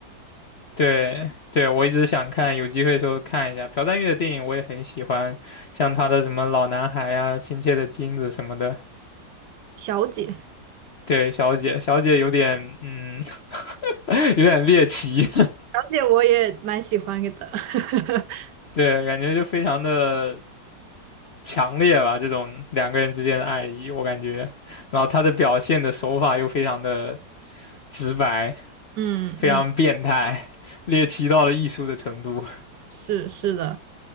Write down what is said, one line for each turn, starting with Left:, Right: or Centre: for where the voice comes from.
Left: 对，对，我一直想看，有机会的时候看一下。朴赞郁的电影我也很喜欢，像他的什么《老男孩》啊，《亲切的金子》什么的。
Right: 小姐，小
Left: 对，小姐，小姐有点，嗯，<laughs> 有点猎奇，
Right: 姐我也蛮喜欢的，<laughs>
Left: <laughs> 对，感觉就非常的强烈吧，这种两个人之间的爱意，我感觉。然后他的表现的手法又非常的直白，
Right: 嗯嗯，
Left: 非常变态，猎奇到了艺术的程度。
Right: 是是的。